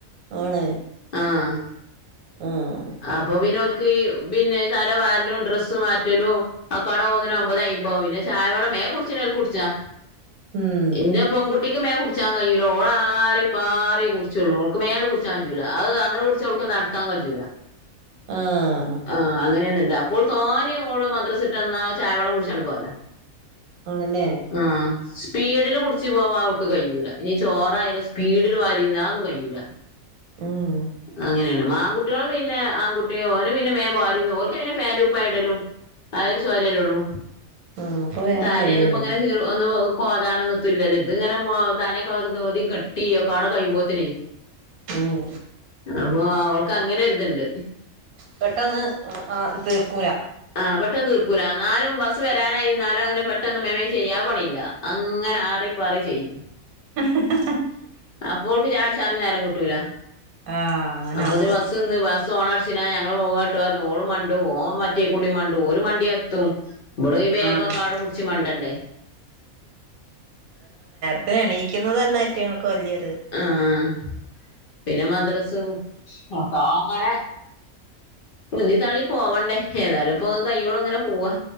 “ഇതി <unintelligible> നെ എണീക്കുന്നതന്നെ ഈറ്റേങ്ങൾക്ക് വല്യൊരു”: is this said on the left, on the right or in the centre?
Right